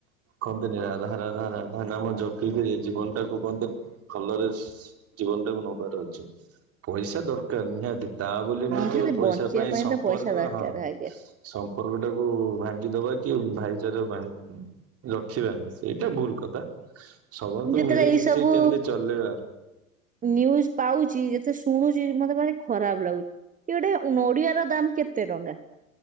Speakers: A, on the right; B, on the right.
A: କହନ୍ତିନି ରାଧା ରାଧା ରାଧା ନାମ ଜପିକିରି ଏ ଜୀବନଟାକୁ କହନ୍ତିନି ଭଲରେ ଜୀବନଟାକୁ ନବାର ଅଛି ପଇସା ଦରକାର ନିହାତି। ତା ବୋଲି ନୁହେଁ
B: ନିହାତି
A: ଯେ ପଇସା
B: ବଞ୍ଚିବା
A: ପାଇଁ ସମ୍ପର୍କ
B: ତ ପଇସା ଦରକାର
A: ହଁ।
B: ଆଜ୍ଞା।
A: ସମ୍ପର୍କଟାକୁ ଭାଙ୍ଗି ଦବା କି ଭାଇଚାରା ଭା ରଖିବାନି ସେଇଟା ଭୁଲ କଥା ସମସ୍ତେ
B: ମୁଁ ଯେତେବେଳେ
A: ମିଳିମିଶି
B: ଏଇ ସବୁ
A: କେମତି ଚଲେଇବା।
B: ନ୍ୟୁଜ ପାଉଚି ଯେତେ ଶୁଣୁଚି ମତେ ଭାରି ଖରାପ ଲାଗୁ କିଏ ଗୋଟେ ନଡିଆର ଦାମ କେତେ ଟଙ୍କା।